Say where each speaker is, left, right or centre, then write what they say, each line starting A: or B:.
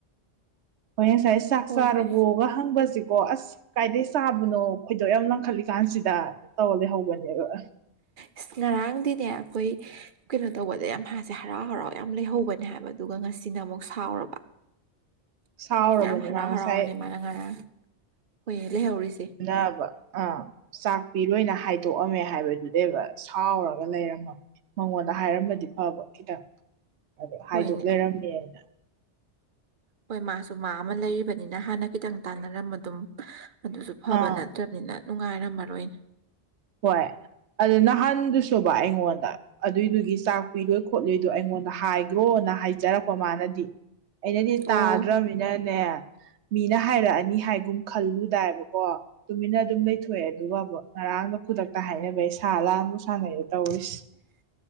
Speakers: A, on the right (about 75°); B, on the right (about 50°).
A: ꯍꯣꯔꯦꯡ ꯁꯥꯏꯁ ꯆꯥꯛ
B: ꯍꯣꯏꯅꯦ
A: ꯆꯥꯔꯕꯣꯒ ꯍꯪꯕꯁꯦꯀꯣ ꯑꯁ ꯀꯥꯏꯗꯩ ꯆꯥꯕꯅꯣ ꯈꯣꯏꯗꯣꯛ ꯌꯥꯝ ꯂꯪꯈꯠꯂꯤꯀꯥꯟꯁꯤꯗ ꯇꯧꯔ ꯂꯩꯍꯧꯕꯅꯦꯕ ꯑ
B: ꯏꯁ ꯉꯔꯥꯡꯗꯤꯅꯦ ꯑꯩꯈꯣꯏ ꯀꯩꯅꯣ ꯇꯧꯕꯗ ꯌꯥꯝ ꯃꯥꯁꯦ ꯍꯔꯥꯎ ꯍꯔꯥꯎ ꯌꯥꯝ ꯂꯩꯍꯧꯕꯅꯦ ꯍꯥꯏꯕ ꯑꯗꯨꯒ ꯉꯁꯤꯅ ꯑꯃꯨꯛ ꯁꯥꯎꯔꯕ
A: ꯁꯥꯎꯔꯕꯅꯦ
B: ꯌꯥꯝ ꯍꯔꯥꯎ
A: ꯃꯥ ꯉꯁꯥꯏ
B: ꯍꯔꯥꯎꯅꯅꯦ ꯃꯥꯅ ꯉꯔꯥꯡ ꯍꯣꯏꯌꯦ ꯂꯩꯍꯧꯔꯤꯁꯦ
A: ꯅꯥꯕ ꯑꯥ ꯆꯥꯛ ꯄꯤꯔꯣꯏꯅ ꯍꯥꯏꯗꯣꯛꯑꯝꯃꯦ ꯍꯥꯏꯕꯗꯨꯗꯩꯕ ꯁꯥꯎꯔꯒ ꯂꯩꯔꯝꯃꯕ ꯃꯉꯣꯟꯗ ꯍꯥꯏꯔꯝꯃꯗꯤ ꯐꯥꯕ ꯈꯤꯇꯪ ꯑꯗꯣ ꯍꯥꯏꯗꯣꯛ
B: ꯍꯣꯏꯅꯦ
A: ꯂꯩꯔꯝꯃꯦꯅ
B: ꯍꯣꯏ ꯃꯥꯁꯨ ꯃꯥ ꯑꯃ ꯂꯩꯔꯤꯕꯅꯤꯅ ꯍꯥꯟꯅ ꯈꯤꯇꯪ ꯇꯥꯟꯅꯔꯝꯕ ꯑꯗꯨꯝ ꯑꯗꯨꯁꯨ ꯐꯥꯕ
A: ꯑꯥ
B: ꯅꯠꯇ꯭ꯔ ꯅꯤꯅ ꯅꯨꯡꯉꯥꯏꯔꯝꯃꯔꯣꯏꯅꯦ
A: ꯍꯣꯏ ꯑꯗꯨ ꯅꯍꯥꯟꯗꯨꯁꯨꯕ ꯑꯩꯉꯣꯟꯗ ꯑꯗꯨꯏꯗꯨꯒꯤ ꯆꯥꯛ ꯄꯤꯔꯣꯏ ꯈꯣꯠꯂꯣꯏꯗꯣ ꯑꯩꯉꯣꯟꯗ ꯍꯥꯏꯒ꯭ꯔꯣꯅ ꯍꯥꯏꯖꯔꯛꯄ ꯃꯥꯅꯗꯤ ꯑꯩꯅꯗꯤ ꯇꯥꯗ꯭ꯔꯝꯅꯤꯅꯅꯦ
B: ꯑꯣ
A: ꯃꯤꯅ ꯍꯥꯏꯔꯛꯑꯅꯤ ꯍꯥꯏꯒꯨꯝ ꯈꯜꯂꯨꯗꯥꯏꯕꯀꯣ ꯇꯨꯃꯤꯟꯅ ꯑꯗꯨꯝ ꯂꯩꯊꯣꯛꯑꯦ ꯑꯗꯨꯒꯕꯨ ꯉꯔꯥꯡꯗ ꯈꯨꯗꯛꯇ ꯍꯥꯏꯅꯕꯩ ꯁꯥ ꯂꯥꯟꯕꯨ ꯁꯥꯟꯅꯩꯗꯣ ꯇꯧꯔꯤꯁ